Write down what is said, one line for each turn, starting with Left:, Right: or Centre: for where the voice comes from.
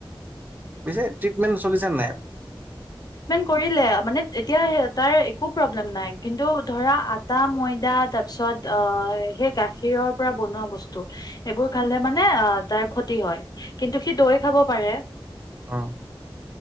Right: পিছে ট্ৰিটমেণ্ট চলিছে নাই?
Left: কৰি মানে এতিয়া তাৰ একো প্ৰব্লেম নাই কিু ধৰা ম া তাৰ পিছত আ সেই গাখীৰৰ পৰা বনোৱা বস্তু। এইবোৰ খালে মানে আ তাৰ ক্ষতি হয়। কিন্তু সি দৈ খাব পাৰে।
Right: অ